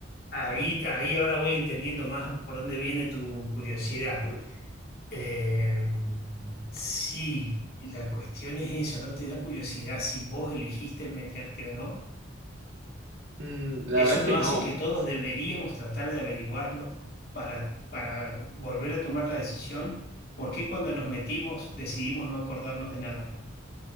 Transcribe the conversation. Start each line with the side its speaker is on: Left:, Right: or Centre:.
Left: Ahí, ahí ahora voy entendiendo más por dónde viene tu curiosidad. Eh, sí, la cuestión es eso, ¿no te da curiosidad si vos elegiste meterte o no?
Right: Mm, la
Left: Eso
Right: verdad es
Left: no
Right: que
Left: hace
Right: no.
Left: que todos deberíamos tratar de averiguarlo para, para volver a tomar la decisión. ¿Por qué cuando nos metimos decidimos no acordarnos de nada?